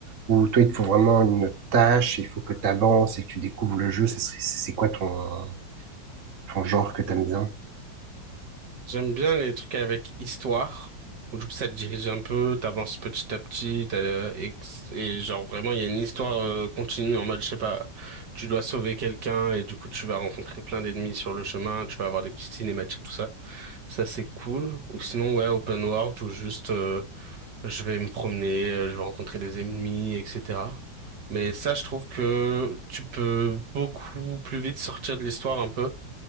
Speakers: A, on the right; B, on the right.
A: Ou toi, il te faut vraiment une tâche, il faut que tu avances et que tu découvres le jeu. Ça serait, c'est quoi ton, ton genre que t'aimes bien?
B: J'aime bien les trucs avec histoire. où Du coup, ça te dirige un peu, t'avances petit à petit, t'as le- et, et genre vraiment, il y a une histoire euh, continue en mode, je sais pas, tu dois sauver quelqu'un et du coup, tu vas rencontrer plein d'ennemis sur le chemin, tu vas avoir des petites cinématiques, tout ça. Ça, c'est cool. Ou sinon, ouais, open world où juste, euh, je vais me promener, euh, je vais rencontrer des ennemis, etc. Mais ça, je trouve que tu peux beaucoup plus vite sortir de l'histoire un peu